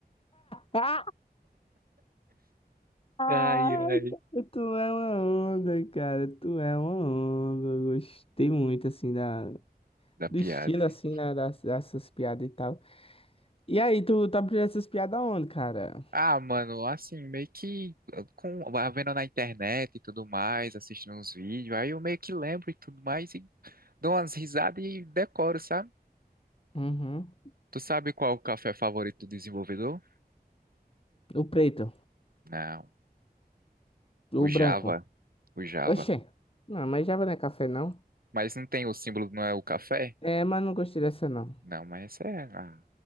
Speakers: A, on the left; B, on the right.
A: Ah, Ai,
B: Ai, ai.
A: <laughs> cara, tu é uma onda, cara. Tu é uma onda. Eu Gostei muito, assim, da...
B: Da
A: do
B: piada,
A: estilo,
B: né?
A: assim, né, das, dessas piadas e tal. E aí, tu tá aprendendo essas piadas onde, cara?
B: Ah, mano, assim, meio que com, vendo na internet e tudo mais, assistindo uns vídeos, aí eu meio que lembro e tudo mais e dou umas risadas e decoro, sabe?
A: Uhum.
B: Tu sabe qual é o café favorito do desenvolvedor?
A: O preto,
B: Não,
A: o
B: o Java,
A: branco.
B: o Java.
A: Oxê. Não, mas Java não é café, não.
B: Mas não tem o símbolo, não é o café?
A: É, mas não gostei dessa, não.
B: Não, mas essa é. ah.